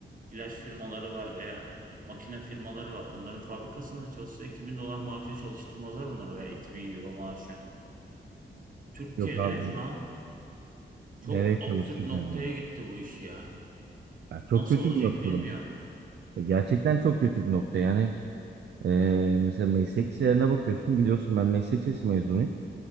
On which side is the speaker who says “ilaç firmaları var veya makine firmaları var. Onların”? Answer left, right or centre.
Right